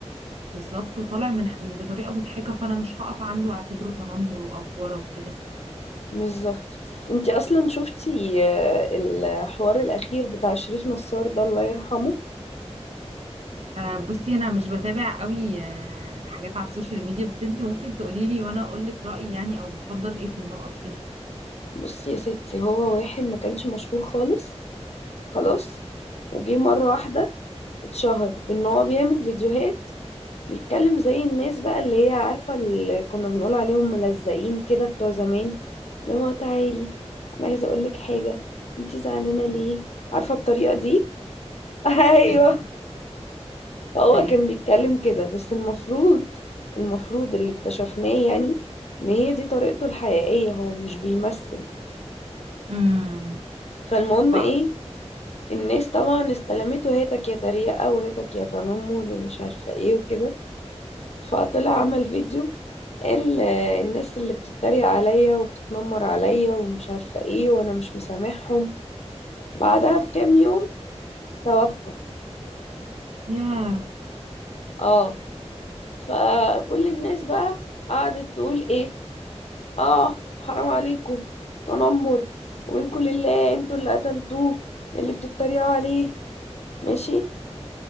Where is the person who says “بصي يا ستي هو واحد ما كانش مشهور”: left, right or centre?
Left